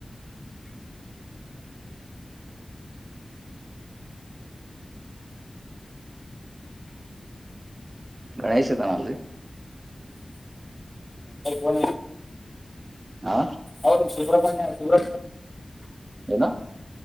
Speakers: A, on the right; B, on the left.
A: ಗಣೇಶತನಲ್ಲಿ
B: ಅವ
A: ಹಾ
B: ಅವರು ಸುಬ್ರ್ಮಣ್ಯ ಸುಬ್ರ
A: ಏನ